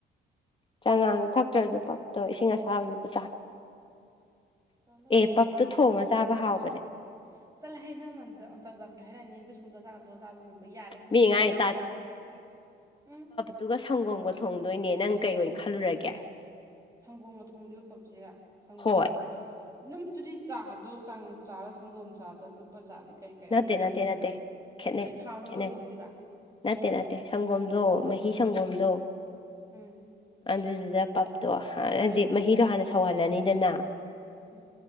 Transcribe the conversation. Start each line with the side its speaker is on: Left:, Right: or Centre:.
Left: ꯆꯉꯥꯡ ꯊꯛꯇ꯭ꯔꯖꯨ ꯄꯞꯇꯣ ꯏꯁꯤꯡ ꯑꯁꯥꯕ ꯂꯨꯞꯄ ꯆꯥ
Right: ꯇꯜꯂ‌ꯦ
Left: ꯑꯦ
Right: ꯑꯩ
Left: ꯄꯞꯇꯣ
Right: ꯑ‌ꯦ
Left: ꯊꯣꯡꯉ
Right: ꯄꯞ ꯇ‌ꯣ ꯊ‌ꯣꯡ
Left: ꯆꯥꯕ ꯍꯥꯎꯕꯅꯦ
Right: ꯆꯥꯕ ꯍꯥꯎꯕꯅ‌ꯦ ꯆꯜꯂ ꯍꯦ ꯅꯪꯅ ꯖ ꯖ ꯖꯥꯠ ꯀ ꯍꯥꯏꯔꯑꯅ‌ꯦ ꯕꯤꯁꯀꯨꯠꯀ ꯆꯥꯒ ꯇꯣꯠꯂ ꯆꯥꯕꯒꯨꯝꯕ ꯌꯥꯔꯦ
Left: ꯃꯤ
Right: ꯅꯪ
Left: ꯉꯥꯡꯉꯤ
Right: ꯌꯥꯔꯦ ꯃꯤꯅ ꯍꯥꯏ ꯇꯥꯗ‌ꯦ ꯎꯝ
Left: ꯇꯨꯒ ꯁꯪꯒꯣꯝꯒ ꯊꯣꯡꯗꯣꯏꯅꯦ ꯅꯪ ꯀꯩ ꯑꯣꯏ ꯈꯟ ꯂꯨꯔꯒꯦ
Right: ꯀꯩ ꯍꯥꯏꯒ‌ꯦ ꯁꯪꯒꯣꯝꯒ ꯊꯣꯡꯗꯣꯏꯕ ꯄꯞꯁꯤꯒ ꯁꯪꯒꯣꯝ
Left: ꯍꯣꯏ
Right: ꯍ‌ꯣꯏ ꯅꯪꯇꯨꯗꯤ ꯆꯥꯗꯣ ꯆꯥꯡ ꯆꯥꯔ ꯁꯪꯒꯣꯝ ꯆꯥꯗ ꯂꯨꯞ ꯄꯖꯥꯒꯤ ꯀꯩ ꯀꯩ
Left: ꯅꯠꯇꯦ
Right: ꯑꯃꯨꯛ ꯊꯣꯡꯗ꯭ꯔꯖꯨ
Left: ꯅꯠꯇꯦ ꯅꯠꯇꯦ ꯈꯦꯠꯅꯩ
Right: ꯇꯨ ꯊꯥꯎ ꯉꯧꯔ
Left: ꯈꯦꯠꯅꯩ
Right: ꯊꯣꯡꯗꯣꯏꯕ
Left: ꯅꯠꯇꯦ ꯅꯠꯇꯦ ꯁꯪꯒꯣꯝꯗꯣ ꯃꯍꯤ ꯁꯪꯒꯣꯝꯗꯣ
Right: ꯎꯝ
Left: ꯑꯗꯨꯗꯨꯗ ꯄꯞꯇꯣ ꯍꯥꯟꯅꯗꯤ
Right: ꯍꯥꯟꯅꯗꯤ
Left: ꯃꯍꯤꯗꯣ ꯍꯥꯟꯅ ꯁꯧꯍꯜꯂꯅꯤꯗꯅ
Right: ꯃꯍꯤꯗꯣ ꯍꯥꯟꯅ ꯁꯧꯍꯜ ꯂꯅꯤꯗꯅ